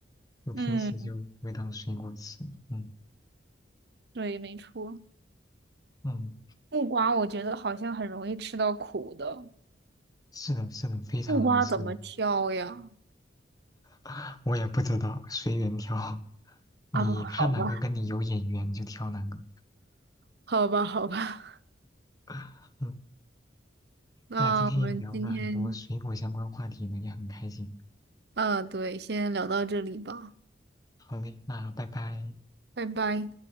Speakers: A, on the left; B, on the right.
A: 就平时就不会当水果吃。
B: <laughs> 嗯，
A: 嗯
B: 对，没错。
A: 嗯，
B: 木瓜我觉得好像很容易吃到苦的，
A: 是的，是的，非常能吃，
B: 木瓜怎么挑呀？
A: <laughs> 我也不知道，随缘挑，<laughs> 你看哪个跟你有眼缘就挑哪个。
B: 啊，好吧，好吧，好吧，
A: <laughs> 嗯。
B: <laughs> 那我们今天，
A: 那今天也聊了很多水果相关话题呢，也很开心。
B: 啊，对，先聊到这里吧，
A: 好嘞，那拜拜。
B: 拜拜。